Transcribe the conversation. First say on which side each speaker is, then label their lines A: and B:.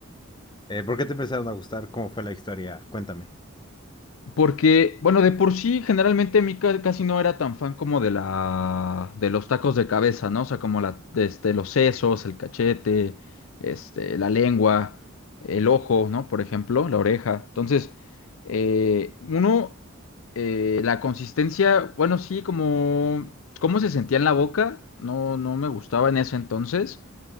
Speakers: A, on the left; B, on the left.
A: Eh, ¿Por qué te empezaron a gustar? ¿Cómo fue la historia? Cuéntame.
B: Porque, bueno, de por sí, generalmente mí ca- casi no era tan fan como de la, de los tacos de cabeza, ¿no? O sea, como la, este, los sesos, el cachete, este, la lengua, el ojo, ¿no? Por ejemplo, la oreja. Entonces, eh, uno, eh, la consistencia, bueno, sí, como, cómo se sentía en la boca, no, no me gustaba en ese entonces.